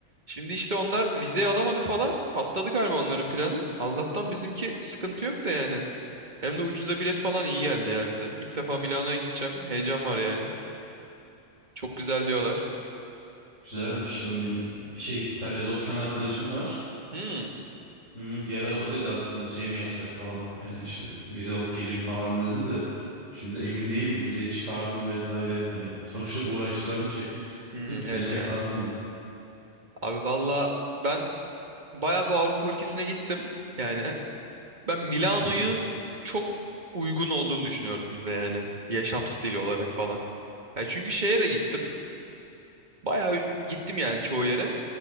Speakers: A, on the right; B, on the right.
A: Şimdi işte onlar vizeyi alamadı falan. Patladı galiba onların planı. Allah'tan bizimki sıkıntı yok da yani. Hem de ucuza bilet falan iyi geldi ya bize. İlk defa Milano'ya gideceğim. Heyecan var yani. Çok güzel diyorlar.
B: Güzelmiş ya benim şey İtalya'da okuyan arkadaşım var.
A: Hmm.
B: Hı, bir ara o dedi aslında şey mi yapsak falan. Yani işte vize alıp geleyim falan dedi de. Şimdi emin değilim vize çıkar mı vesaire. Hani <laughs> sonuçta uğraştıran bir şey.
A: Hmm,
B: Bir
A: evet
B: denemek
A: ya.
B: lazım ya.
A: Abi valla ben bayağı bir Avrupa ülkesine gittim. Yani ben Milano'nun
B: Hı hı,
A: çok uygun olduğunu düşünüyorum bize yani. Yaşam stili olarak falan. Ya çünkü şeye de gittim. Bayağı gittim yani çoğu yere.